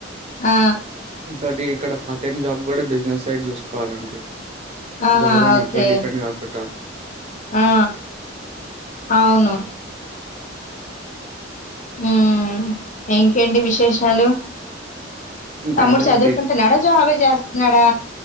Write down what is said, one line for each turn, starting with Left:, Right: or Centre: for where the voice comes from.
Left: ఆ
Right: ఇ చంటి ఇక్కడ పార్ట్ టైమ్ జాబ్ కూడా బిజినెస్ సైడ్ చూసుకోవాలండి
Left: ఆహా
Right: జాబ్ అని
Left: ఓకే
Right: ఒక్కటి డిపెండ్ కాకుండా.
Left: ఆ అవును మ్మ్ ఇంకేంటి విశేషాలు
Right: ఇంకా
Left: తమ్ముడు
Right: అదే
Left: చదువుకుంటున్నాడా
Right: అండి
Left: జాబే చేస్తున్నాడా